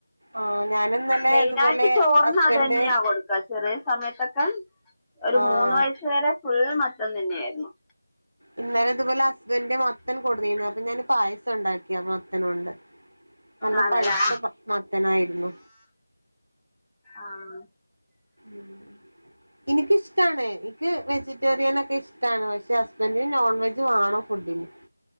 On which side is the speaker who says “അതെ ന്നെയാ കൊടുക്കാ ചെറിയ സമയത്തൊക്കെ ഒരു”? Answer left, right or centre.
Centre